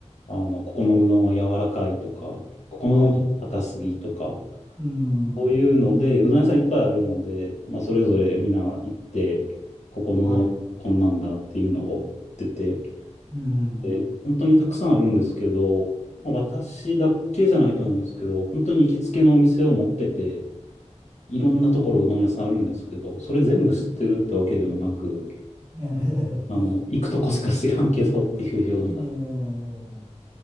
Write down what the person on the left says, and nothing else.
あの、ここのうどんは柔らかいとか、ここのうどんちょっと硬すぎとか、
そういうので、うどん屋さんいっぱいあるので、まあ、それぞれみんな行って、ここのうどんこんなんだっていうのを言ってて、
え本当にたくさんあるんですけど、まあ私だけじゃないと思うんですけど、本当に行きつけのお店を持ってて、いろんなところうどん屋さんあるんですけど、それ全部知ってるってわけでもなく、
あの、行くとこしか知らんけどっていうような。